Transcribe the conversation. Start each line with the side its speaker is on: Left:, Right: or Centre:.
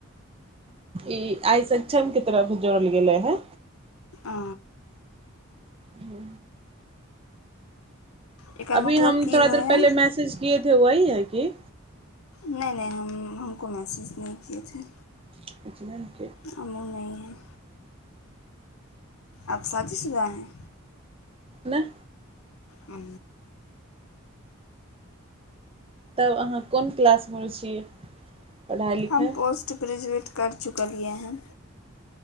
Right: ई आइ सक्षम क तरफ जोड़ल गेले हे।
Left: ओ।
Right: हू।
Left: एकर मतलब
Right: अभी हम
Left: की
Right: थोड़ा
Left: होइ
Right: देर
Left: हइ
Right: पहिले मैसेज किए। वी है की।
Left: नहि नहि हम हमको महसूस नहि किए छैे।
Right: <unintelligible>
Left: हमूँ नहि है। आप शादी सुधा है।
Right: न।
Left: ह।
Right: तब अहाँ कोन क्लास मे छियै। पढ़ाइ लिखाइ
Left: हम पोस्ट ग्रेजुएट। करि चुकलियै है।